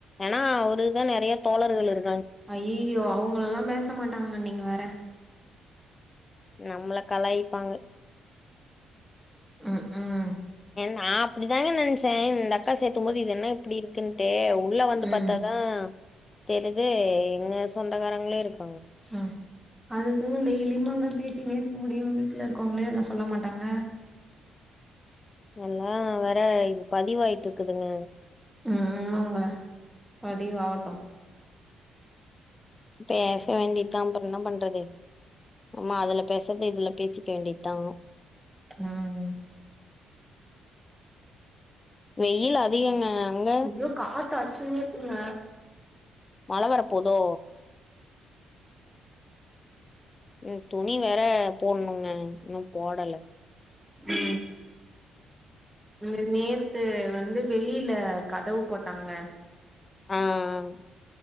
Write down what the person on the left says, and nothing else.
ஏன்னா ஒரு தான் நிறைய தோழர்கள் இரு
நம்மள கலாயிப்பாங்க
நான் அப்படி தாங்க நினைச்சேன் இந்த அக்கா சேத்துக்கும் போது இது என்ன இப்டி இருக்குன்ட்டு உள்ள வந்து
பத்தாதான் தெரிது எங்க சொந்தகாரங்களே இருக்
எல்லாம் வேற இ பதிவாயிட்டு இருக்குதுங்க
பேச வேண்டிதான் அப்புறம் என்ன பண்றது நம்ம அதுல பேசறது இதுல பேசி வேண்டித்தான்
வெயில் அதிகங்க அங்க
மழை வரப் போதோ உம் துணி வேற போடணுங்க இன்னும் போடல
ஆஹ் அஹ்